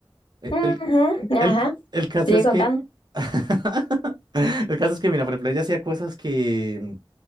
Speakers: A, on the right; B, on the left.
A: Eh,
B: Ujú,
A: El, el,
B: Ajá.
A: c- el caso
B: Sigue
A: es
B: contando.
A: que... <laughs> El caso es que, mira, por ejemplo, ella hacía cosas que,